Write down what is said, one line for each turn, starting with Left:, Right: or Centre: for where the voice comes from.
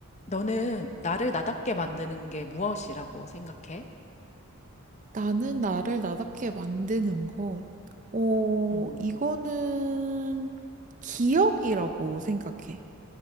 Left: 너는 나를 나답게 만드는 게 무엇이라고 생각해?
Right: 나는 나를 나답게 만드는 것. 어,
Left: 음.
Right: 이거는 기억이라고 생각해.